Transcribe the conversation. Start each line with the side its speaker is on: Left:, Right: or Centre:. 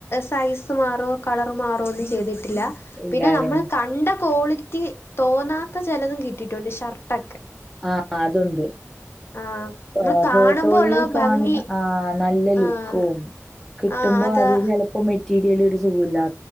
Left: സൈസ് മാറുവോ കളർ മാറുവോ ഒന്നും ചെയ്തിട്ടില്ല
Centre: ഇല്ലാലെ
Left: പിന്നെ നമ്മള് കണ്ട ക്വാളിറ്റി തോന്നാത്ത ചെലതും കിട്ടീട്ടുണ്ട് ഷർട്ടൊക്കെ
Centre: ആ അതുണ്ട്
Left: ആഹ് നമ്മള്
Centre: ആ
Left: കാണുമ്പോ
Centre: ഫോട്ടോയിൽ
Left: ഉള്ള
Centre: കാണുന്ന
Left: ഭംഗി
Centre: ആ നല്ല ലുക്കും
Left: ആഹ്
Centre: കിട്ടുമ്പോ
Left: ആഹ് അതാ
Centre: അത് ചെലപ്പോ മെറ്റീരിയല് ഒരു സുഖുല്ലാ